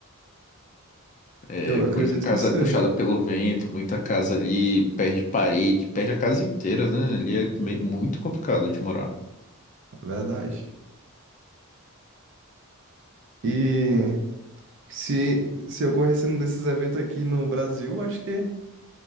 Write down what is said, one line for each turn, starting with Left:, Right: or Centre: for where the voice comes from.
Left: É
Right: Eu
Left: Muita
Right: acredito
Left: casa
Right: que seja,
Left: é puxada pelo vento, muita casa ali perde parede, perde a casa inteira, né? Ali é me- muito complicado de morar.
Right: na verdade. E se, se ocorresse um desses eventos aqui no Brasil, acho que